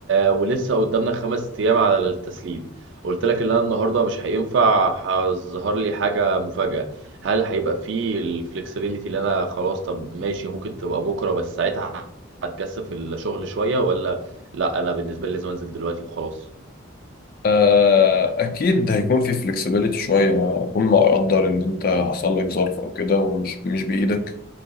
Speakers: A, on the right; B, on the left.
A: ولسه قدامنا خمس ايام على التسليم قلت لك ان انا النهارده مش هينفع هظهر لي حاجه مفاجاه هل هيبقى فيه الفلكسبيليتي اللي انا خلاص طب ماشي ممكن تبقى بكره بس ساعتها هتكثف الشغل شويه ولا لا انا بالنسبه لي لازم انزل دلوقتي وخلاص
B: آه اكيد هيكون في flexibility شوية اكون مقدر ان انت حصل لك ظرف او كده ومش مش بايدك